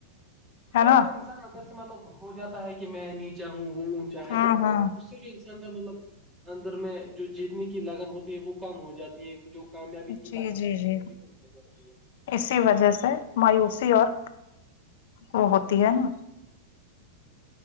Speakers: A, on the right; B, on the left.
A: ہاں
B: ہے نا
A: وہ انسان اندر سے مطلب ہو جاتا ہے کہ میں نیچاہ ہوں وہ ہوں چاہیں
B: ہاں
A: تو
B: ہاں
A: اس سے جوان کا مطلب اندر میں جو جیتنے کی لگن ہوتی ہے وہ کم ہو جاتی ہے جو کامیابی کی
B: جی
A: لگن
B: جی
A: ہوتی ہے
B: جی
A: وہ بھی کم ہو جاتی ہے
B: اسی وجہ سے مایوسی اور وہ ہوتی ہے نا